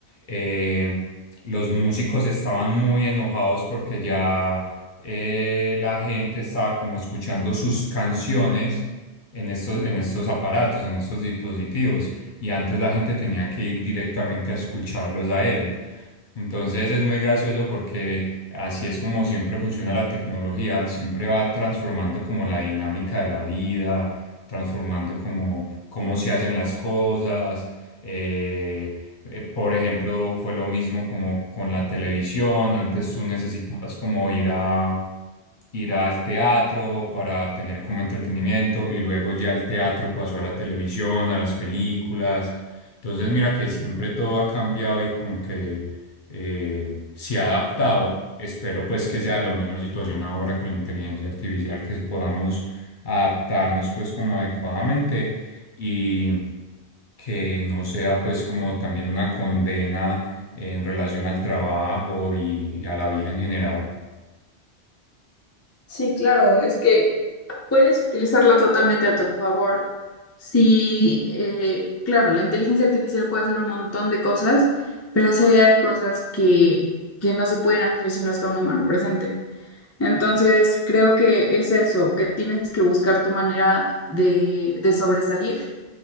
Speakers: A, on the left; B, on the left.
A: eh, los músicos estaban muy enojados porque ya eh, la gente estaba como escuchando sus canciones en estos, en estos aparatos, en estos dispositivos y antes la gente tenía que ir directamente a escucharlos a ellos. Entonces es muy gracioso porque así es como siempre funciona la tecnología, siempre va transformando como la dinámica de la vida, transformando como cómo se hacen las cosas. eh, eh, por ejemplo, fue lo mismo como con la televisión. Antes tú necesitabas como ir a ir al teatro para tener como entretenimiento y luego ya el teatro pasó a la televisión, a las películas. Entonces mira que siempre todo ha cambiado y como que eh, se ha adaptado. Espero pues que sea la misma situación ahora con la inteligencia artificial, que podamos adaptarnos pues como adecuadamente. Y que no sea pues como también una condena en relación al trabajo y a la vida en general.
B: Sí, claro, es que Puedes utilizarla totalmente a tu favor. Sí, eh, claro, la inteligencia artificial puede hacer un montón de cosas, pero sí hay cosas que, que no se pueden hacer si no está un humano presente. Entonces, creo que es eso, que tienes que buscar tu manera de, de sobresalir,